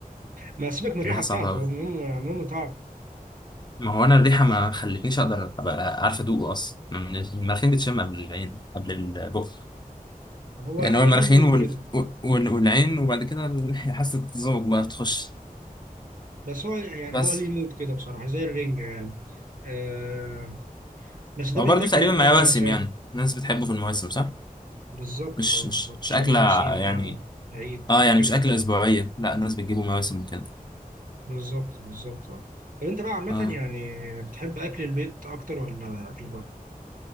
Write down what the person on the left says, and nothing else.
الريحه صعبه
قوي
ما هو انا الريحه ما خلتنيش اقدر ابقى عارف ادوقه اصلا من المناخير بتشم قبل العين قبل البق
يعني
هو المناخير
وال...
وال... والعين وبعد كده ال- حاسه الذوق بقى تخش
بس
هو
برضه تقريبا
مع مواسم
يعني الناس بتحبه في المواسم صح
مش
مش مش
اكله
يعني
اه يعني
مش اكله
اسبوعيه لا الناس بتجيبه مواسم وكده
اه